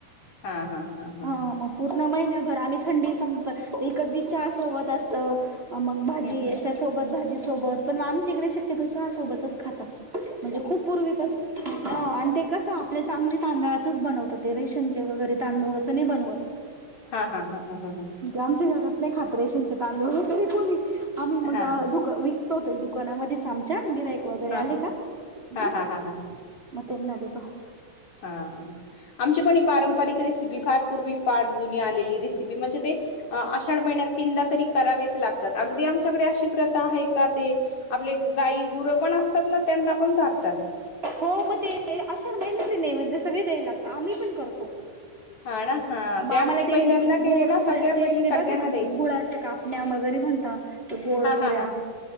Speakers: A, on the left; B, on the right.
A: हा हा हा हा
B: ह
A: हा.
B: मग पूर्ण महिन्याभर आम्ही थंडी संप एकदी चहा सोबत असत मग भाजी
A: हम्म हम्म.
B: याच्या सोबत भाजी सोबत पण आमच्या इकडे शक्यतो चहा सोबतच खातात म्हणजे खूप पूर्वी
A: ह <unintelligible>
B: ह आणि ते कसं आपले चांगले तांदळाचच बनवतात ते रेशनचे वगैरे तांदुळाचं नाही बनवत.
A: हा हा हा हा हा हा.
B: आमच्या घरात नाही खात रेशंचे तांदूळ वगैरे कोणी आम्ही मग
A: हा
B: त्या
A: हा
B: दुका दुकानामध्ये सामच्या गिराईक वगैरे
A: हा
B: आले का म
A: हा हा हा
B: मग त्यांना देेतो.
A: हा आमची पण पारंपरिक रेसिपी फार पूर्वी पाठ जुनी आलेली रेसिपी म्हणजे ते आषाढ महिन्यात तीनदा तरी करावेच लागतात अगदी आमच्याकडे अशी प्रथा आहे का ते आपले गायी गुरं पण असतात ना त्यांना पण चारतात.
B: हो मग ते अशाळ महिण्याचे नेवैद्य सगळे द्यायला लागत आम्ही पण करतो.
A: हा ना हा अगदी
B: आम्हाला ते
A: पहिल्यांदा केले
B: गोड
A: ना
B: पुऱ्या,
A: सगळ्या
B: ते
A: पहिले सगळ्यांना
B: -ते बघा ना
A: द्यायचे
B: गुळाच्या का <unintelligible> म्हणता ते गोड
A: हा
B: पुऱ्या
A: हा हा